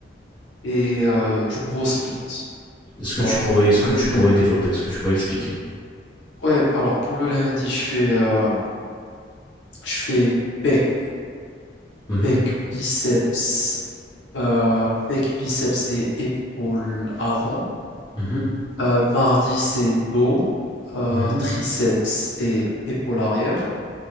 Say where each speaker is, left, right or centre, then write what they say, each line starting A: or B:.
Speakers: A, on the left; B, on the left.
A: et euh, du bro split.
B: Est-ce que
A: Alors,
B: tu pourrais,
A: pour
B: est-ce que
A: le
B: tu
A: lundi...
B: pourrais développer, est-ce que tu pourrais expliquer?
A: Ouais, alors, pour le lundi, je fais, euh, je fais pec,
B: Mhm.
A: pec, biceps, Euh, pec, biceps et épaules avant.
B: Mhm.
A: Euh, mardi, c'est dos, euh,
B: Mhm.
A: triceps et épaules arrière.